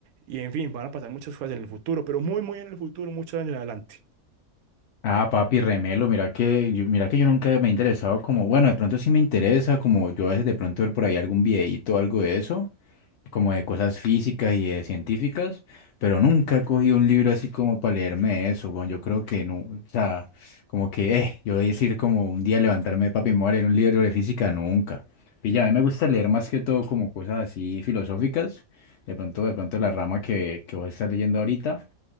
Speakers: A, on the right (about 80°); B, on the left (about 65°).
A: y en fin, van a pasar muchas cosas en el futuro, pero muy, muy en el futuro, muchos años adelante.
B: Ah, papi, remelo, mira que, yo, mira que yo nunca me he interesado como, bueno, de pronto sí me interesa, como yo a veces de pronto ver por ahí algún videíto o algo de eso, como de cosas físicas y de científicas, pero nunca he cogido un libro así como para leerme eso, weón. Yo creo que no, o sea, como que, eh, yo voy a decir como un día levantarme, papi, me voy a leer un libro de física, nunca. Y ya, a mí me gusta leer más que todo como cosas así filosóficas, de pronto, de pronto la rama que, que voy a estar leyendo ahorita,